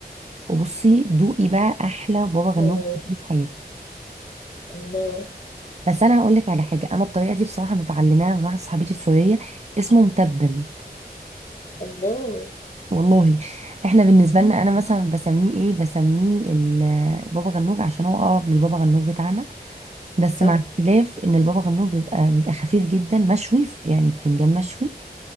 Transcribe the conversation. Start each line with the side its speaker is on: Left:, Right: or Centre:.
Right: وبصي دوقي بقى احلى بابا غنوج
Left: واو
Right: هتاكليه في حياتك
Left: الله
Right: بس انا هقول لك على حاجه انا الطريقه دي بصراحه متعلماها من واحده صاحبتي السوريه اسمه متبل
Left: الله
Right: والله احنا بالنسبه لنا انا مثلا بسميه ايه بسميه ال- بابا غنوج عشان هو اقرب للبابا غنوج بتاعنا بس
Left: صح
Right: مع اختلاف ان البابا غنوج بيبقى بيبقى خفيف جدا مشوي يعني بتنجان مشوي